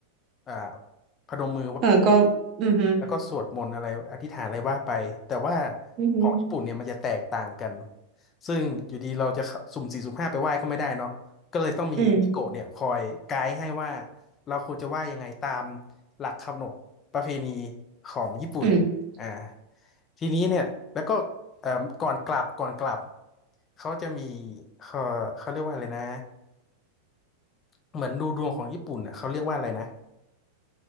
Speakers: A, on the left; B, on the right.
A: อ่าพนม
B: เออก็อือฮึ
A: แล้วก็สวดมนต์อะไรอธิษฐานอะไรว่าไปแต่ว่า
B: อือฮึ
A: ของญี่ปุ่นเนี่ยมันจะแตกต่างกันซึ่งอยู่ดีเราจะเข้าสุ่มสี่สุ่มห้าไปไหว้ก็ไม่ได้เนาะก็เลยต้องมีพี่โกะเนี่ยคอยไกด์ให้ว่า
B: อืม
A: เราควรจะไหว้ยังไงตามหลักขนบประเพณีของญี่ปุ่นอ่า
B: อืม
A: ทีนี้เนี่ยแล้วก็เอ่อก่อนกลับก่อนกลับเขาจะมีเขาเขาเรียกว่าอะไรนะเหมือนดูดวงของญี่ปุ่นอ่ะเขาเรียกว่าอะไรนะ